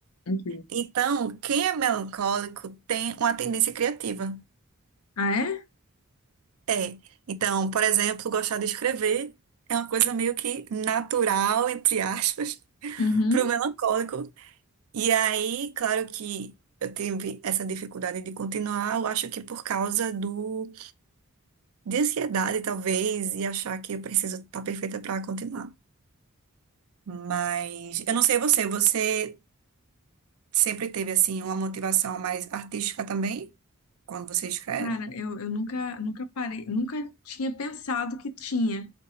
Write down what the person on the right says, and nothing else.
Então, quem é melancólico tem uma tendência criativa.
É. Então, por exemplo, gostar de escrever é uma coisa meio que natural, entre aspas, <laughs>
para o melancólico. E aí, claro que eu tive essa dificuldade de continuar, eu acho que por causa do de ansiedade, talvez, e achar que eu preciso estar perfeita para continuar. Mas eu não sei você, você Sempre teve, assim, uma motivação mais artística também, quando você escreve?